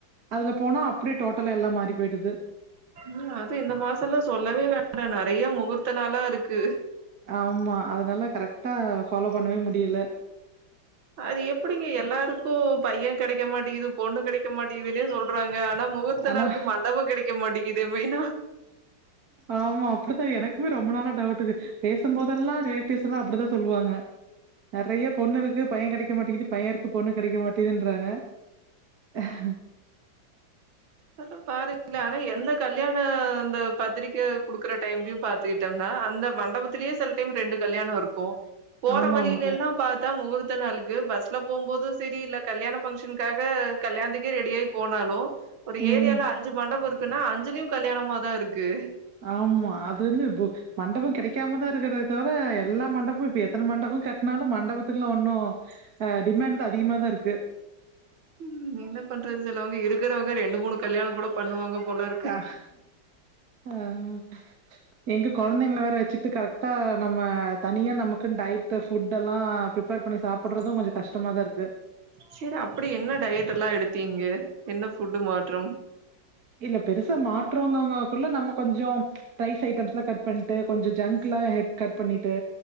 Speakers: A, on the right (about 50°); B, on the right (about 85°).
A: அதுல போனா அப்டியே டோட்டலா எல்லா மாறி போயிடுது
B: ம் அது இந்த மாசோ எல்லா சொல்லவே வேண்டா நெறயா முகூர்த்த நாளா இருக்கு
A: ஆமா அதனால கரெக்டா ஃபாலோ பண்ணவே முடில
B: அது எப்டிங்க எல்லாரு க்கு பையன் கெடைக்க மாட்டீகுது பொண்ணு கெடைக்க மாட்டீதுனே சொல்றாங்க ஆனா முகூர்த்த
A: ஆனா
B: நாளுக்கு மண்டபோ கெடை மாட்டேகுது மெயின்னா
A: ஆமா அப்டிதா எனக்குமே ரொம்ப நாளா டவுட்டு பேசும்போதெல்லா ரிலேட்டிவ்ஸ் எல்லா அப்டிதா சொல்லுவாங்க நெறயா பொண்ணு இருக்கு பையன் கெடைக்க மாட்டீது பையன் இருக்கு பொண்ணு கெடைக்க மாட்டீதுன்றாங்க அஹ
B: அதா பாருங்ளே ஆனா எந்த கல்யாண அந்த பத்திரிக்கை குடுக்கற டைம்லயு பாத்துட்டம்னா அந்த மண்டபத்திலயே சில டைம் ரெண்டு கல்யாணோ இருக்கு போற
A: ஆமாமாங்க.
B: வழில எல்லா பா த்தா முகூர்த்த நாளுக்கு பஸ்ல போம்போது சரி இல்ல கல்யாண ஃபங்க்ஷனுக்காக கல்யாணத்துக்கே ரெடி ஆயி போனாலு ஒரு
A: ம்.
B: ஏரியால அஞ்சு மண்டபோ இருக்குன்னா அஞ்சுலயு கல்யாணமாதா இருக்கு
A: ஆமா அது வந்து மண்டபோ கெடைக்காமதா இருக்கிறத தவிர எல்லா மண்டபோ இப்ப எத்தன மண்டபோ கட்னாலு மண்டபத்துக்கெல்லா ஒண்ணு ஆ டிமேண்டு அதிகமாதா இருக்கு
B: ம் என்ன பண்றது தெரில அவுங்க இருக்கிறவங்க ரெண்டு மூணு கல்யாணோ கூட பண்ணுவாங்க போலரு
A: ஆ அம் எங்க கொழந்தைங்கள வேற வச்சுக்ட்டு கரெக்டா நம்ம தனியா நமக்குன்னு டய் ப புட் எல்லா பிரிப்பேர் பண்ணி சாப்புட்றது கொஞ்சோ கஷ்டமாதா இருக்கு
B: சேரி அப்பிடி என்ன டயட் எல்லா எடுத்தீங்க என்ன ஃபுட்டு மாற்றம்
A: இல்ல பெருசா மாற்றோங்கககுள்ள நம்ம கொஞ்சோம் தை ஸ் ஐட்டம்ஸ்லா கட் பண்டு கொஞ்ச ஜங்க்லா எ கட் பண்ணிட்டு